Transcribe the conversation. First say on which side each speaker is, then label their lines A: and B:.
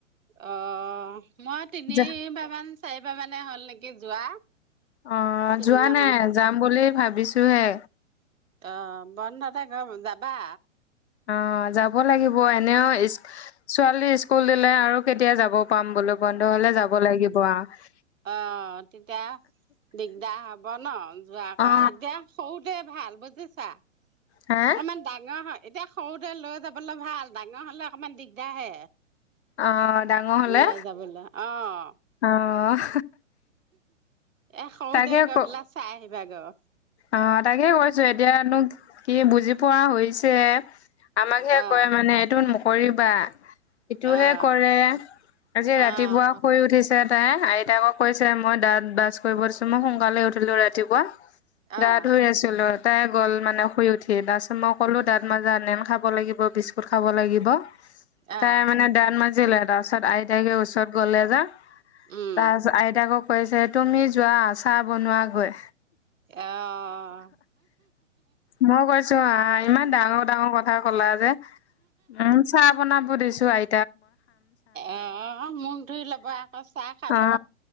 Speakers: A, on the right; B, on the left.
A: আহ মই তিনিবাৰ
B: যা
A: মান চাইবাৰ মান না হ'ল নেকি যোৱা
B: অঁ
A: টিলিঙা
B: যোৱা নাই যাম বুলি ভাবিছো ভাবিছোহে
A: অঁ বন্ধতে গম যাবা
B: অঁ যাব লাগিব এনেওঁ ছোৱালী স্কুল দিলে আৰু কেতিয়া যাব পাম বোলো বন্ধ হলে যাব লাগিব আৰু
A: অঁ তেতিয়া দিগদাৰ হব ন যোৱাকৈ
B: অ
A: এতিয়া সৰুতে ভাল বুজিছা।
B: হে
A: অকমান ডাঙৰ হয়। এতিয়া সৰুতে লৈ যাবলৈ ভাল, ডাঙৰ হ'লে অকমান দিগদাৰ হে।
B: অ' ডাঙৰ হ'লে,
A: লৈ যাবলৈ অ
B: অ'!
A: এ হওঁ
B: তাকে
A: দে, গৈ
B: ক
A: পেলাই চাই আহিম। বেগৰ
B: অ' তাকে কৈছোঁ এতিয়নো কি বুজি পোৱা হৈছে। যে আমাকহে
A: আহ
B: কয় মানে এইটো কৰিবা। সেইটোহে
A: আহ
B: কৰে, আজি ৰাতিপুৱা
A: আহ
B: শুই উঠিছে। <unintelligible> তেওঁকো কৈছে, মই দাঁত ব্ৰাছ কৰি গৈছোঁ, মই সোনকালে উঠিলোঁ ৰাতিপুৱা।
A: আহ
B: গা ধুই আছিলোঁ। টাই গ'ল মানে, শুই উঠি, তাৰপিছত মই ক'লোঁ দাঁত মাজা নেন খাব লাগিব, বিস্কুট খাব লাগিব।
A: আহ
B: তাই মানে দাঁত মাজিলে তাৰপাছত আইতাকে ওচৰত গ'লে যা
A: উম
B: তাৰপিছত আইতাকাক কৈছে, তুমি যোৱা চাহ বনোৱাগৈ।
A: আহ
B: মই কৈছোঁ অ'হ ইমান ডাঙৰ, ডাঙৰ কথা ক'লা যে? উম চাৰ বনাব দিছোঁ আই
A: অ'হ মখ ধুই ল'ব, আকৌ চাহ খাব
B: অ